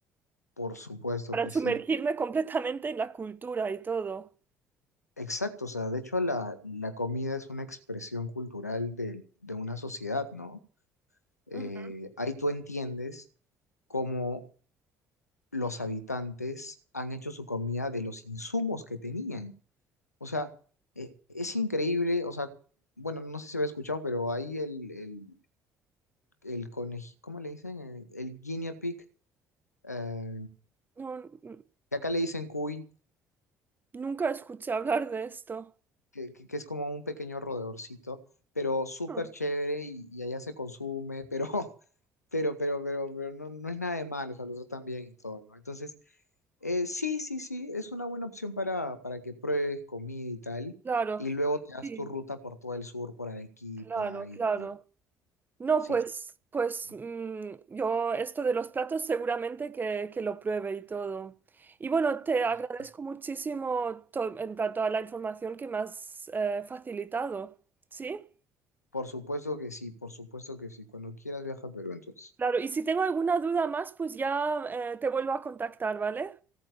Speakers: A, on the left (about 80°); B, on the right (about 20°).
A: Por supuesto
B: para
A: que
B: sumergirme
A: sí.
B: completamente en la cultura y todo.
A: Exacto, o sea, de hecho la, la comida es una expresión cultural de, de una sociedad, ¿no? Eh,
B: Ujú.
A: ahí tú entiendes cómo los habitantes han hecho su comida de los insumos que tenían. O sea, eh, es increíble, o sea, bueno, no sé si habéis escuchado, pero ahí el, el, el coneji- ¿cómo le dicen? El, el guinea pig, eh,
B: No, n-
A: que acá le dicen cuy,
B: nunca escuché hablar de esto.
A: que, que- que es como un pequeño rodeorcito, pero súper
B: <laughs>
A: chévere
B: Ah,
A: y, y allá se consume, pero, <laughs> pero, pero, pero, pero no, no es nada de malo, o sea, lo tratan bien y todo, ¿no? Entonces, eh, sí, sí, sí, es una buena opción para, para que pruebes comida y tal,
B: Claro,
A: y luego te das
B: sí,
A: tu ruta por todo el sur, por Arequipa
B: claro,
A: y
B: claro.
A: y-
B: No,
A: sí,
B: pues, pues
A: sí,
B: mm, yo esto de los platos seguramente que, que lo pruebe y todo. Y bueno, te agradezco
A: por supuesto.
B: muchísimo to- en plan, toda la información que me has eh, facilitado, ¿sí?
A: Por supuesto que sí, por supuesto que sí. Cuando quieras viaja a Perú, entonces.
B: Claro, y si tengo alguna duda más, pues ya eh, te vuelvo a contactar, ¿vale?